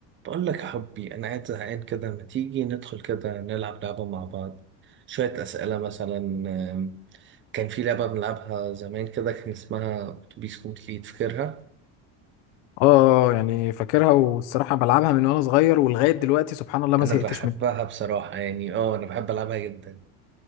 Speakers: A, on the right; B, on the left.
A: بقول لك يا حبي أنا قاعد زهقان كده ما تيجي ندخل كده نلعب لعبة مع بعض شوية أسئلة مثلا آم، كان في لعبة بنلعبها زمان كده كان اسمها أتوبيس كومبليت فاكرها
B: اه يعني فاكرها والصراحة بلعبها من وانا صغير ولغاية دلوقتي سبحان الله ما
A: أنا
B: زهقتش
A: بحبها
B: منها
A: بصراحة يعني أه أنا بحب ألعبها جدا